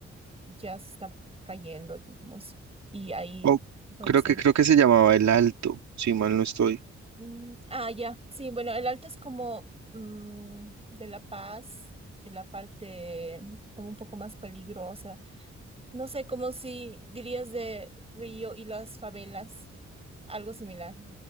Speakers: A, on the right; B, on the right.
A: ya se está cayendo, digamos, y ahí
B: Oh,
A: puede
B: creo
A: ser.
B: que creo que se llamaba El Alto, si mal no estoy.
A: mm, ah, ya, sí, bueno, el alto es como mm, de La Paz, de la parte mm, como un poco más peligrosa. No sé, como si dirías de Río y las favelas, algo similar.